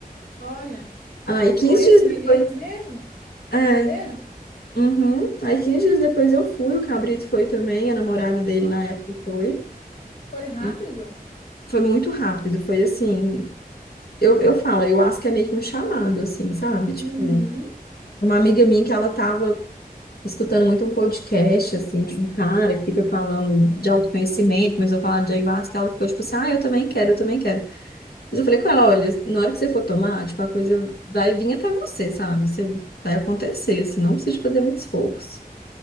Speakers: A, on the left; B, on the left.
A: Olha,
B: Aí 15
A: com esse
B: dias depois.
A: menino mesmo?
B: É.
A: Pereira?
B: Uhum. Aí 15 dias depois eu fui, o Cabrito foi também, a namorada dele
A: Não,
B: na época foi.
A: foi rápido.
B: E foi muito rápido, foi assim. Eu, eu falo, eu acho que é meio que um chamado, assim, sabe? Tipo,
A: Uhum.
B: uma amiga minha que ela tava escutando muito um podcast, assim, de um cara que fica falando de autoconhecimento, começou a falar de ayahuasca, ela ficou tipo assim, ah, eu também quero, eu também quero. Mas eu falei com ela, olha, na hora que você for tomar, tipo, a coisa vai vir até você, sabe? Você vai acontecer, assim, não precisa de fazer muito esforço.